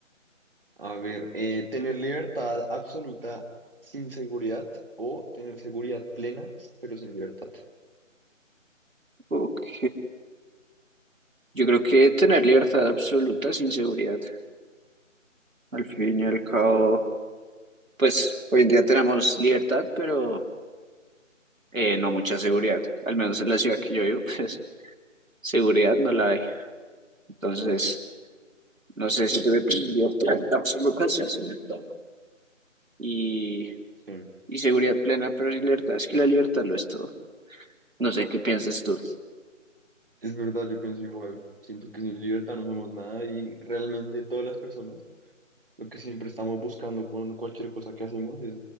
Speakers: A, on the right (about 45°); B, on the right (about 85°).
A: a ver, eh, tener libertad absoluta sin seguridad o tener seguridad plena pero sin libertad.
B: Ok. Yo creo que tener libertad absoluta sin seguridad. Al fin y al cabo, pues hoy en día tenemos libertad, pero eh, no mucha seguridad. Al menos en la ciudad que yo vivo, <laughs> pues seguridad no la hay. Entonces, no sé si tuve libertad absoluta. sí, sí, libertad. Y,
A: Sí,
B: y seguridad plena, pero libertad, es que la libertad lo es todo. No sé qué piensas tú.
A: es verdad, yo pienso igual. Siento que sin libertad no somos nada y realmente todas las personas Lo que siempre estamos buscando con cualquier cosa que hacemos es